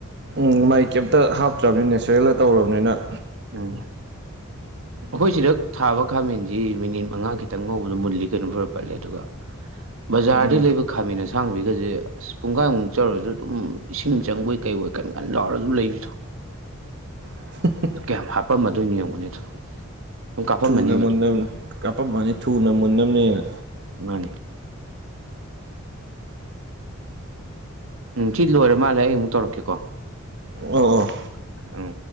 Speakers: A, on the right (about 50°); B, on the right (about 65°).
A: ꯎꯝ ꯃꯥꯏ ꯀꯩꯝꯇ ꯍꯥꯞꯇ꯭ꯔꯕꯅꯤꯅ ꯅꯦꯆꯔꯦꯜꯗ ꯇꯧꯔꯕꯅꯤꯅ
B: ꯎ‌ꯝ ꯑꯩꯈꯣꯏ ꯁꯤꯗ ꯊꯥꯕ ꯈꯥꯃꯦꯟꯁꯤ ꯃꯤꯅꯤꯠ ꯃꯉꯥ ꯈꯤꯇꯪ ꯉꯧꯕꯗꯣ ꯃꯨꯜꯂꯤ ꯀꯩꯅꯣ ꯕꯔ ꯄꯠꯂꯦ ꯑꯗꯨꯒ ꯕꯖꯥꯔꯗꯩ
A: ꯎꯝ
B: ꯂꯩꯕ ꯈꯥꯃꯦꯟ ꯑꯁꯥꯡꯕꯤꯒꯁꯦ ꯑꯁ ꯄꯨꯡꯈꯥꯏꯃꯨꯛ ꯆꯧꯔꯁꯨ ꯑꯗꯨꯝ ꯏꯁꯤꯡ ꯆꯪꯕꯩ ꯀꯩꯕꯣꯏ ꯀꯟ ꯀꯟ ꯂꯥꯎꯔꯒ ꯑꯗꯨꯝ ꯂꯩꯕꯤꯗꯣ
A: <unintelligible>
B: ꯀꯌꯥꯝ ꯍꯥꯞꯄꯝꯃꯗꯣꯏꯅꯣ ꯌꯦꯡꯉꯨꯅꯦ ꯑꯗꯣ ꯑꯗꯨꯝ ꯀꯥꯞꯄꯝꯃꯅꯤꯕ
A: ꯊꯨꯅ ꯃꯨꯟꯅꯕꯅꯤ ꯀꯥꯞꯄꯝꯃꯅꯤ ꯊꯨꯅ ꯃꯨꯟꯅꯕꯅꯦꯅ
B: ꯃꯥꯅꯤ ꯎꯝ ꯁꯤ ꯂꯣꯏꯔ ꯃꯥꯜꯂꯦ ꯑꯩ ꯑꯃꯨꯛ ꯇꯧꯔꯛꯀꯦꯀꯣ
A: ꯑꯣ ꯑꯣ
B: ꯎꯝ ꯎꯝ